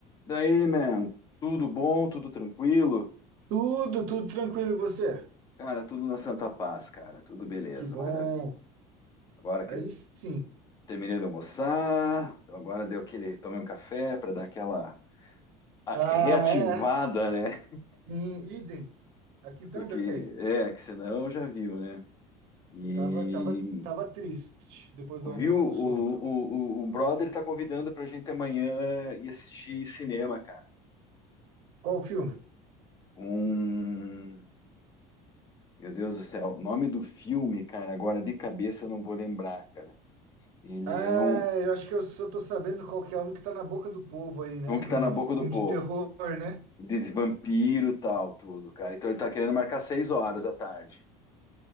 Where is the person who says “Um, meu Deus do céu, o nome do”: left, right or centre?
Left